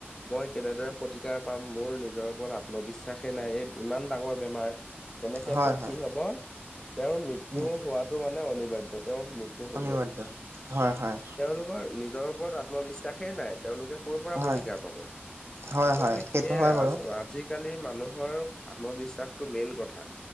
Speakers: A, on the left (about 15°); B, on the right (about 85°).
A: মই কেনেদৰে প্ৰতিকাৰ পাম। মোৰ নিজৰ ওপৰত আত্মবিশ্বাসেই নাই, এই ইমান ডাঙৰ বেমাৰ! তেনে ক্ষেত্ৰত
B: হয় হয়
A: কি হ'ব, তেওঁৰ মৃত্যু
B: উম
A: হোৱাটো মানে অনিবাৰ্য। তেওঁৰ মৃত্যু হ'বই।
B: অনিবাৰ্য হয় হয়
A: তেওঁলোকৰ নিজ জৰ ওপৰত আত্মবিশ্বাসেই নাই। তেওঁলোকে ক'ৰ পৰা
B: হয়
A: প্ৰতিকাৰ পাব?
B: হয়
A: আচলতে
B: হয় সেইটো
A: সেয়াই,
B: হয় বাৰু
A: আজ-আজিকালি কালি মানুহৰ আত্মবিশ্বাসটো মেইন কথা।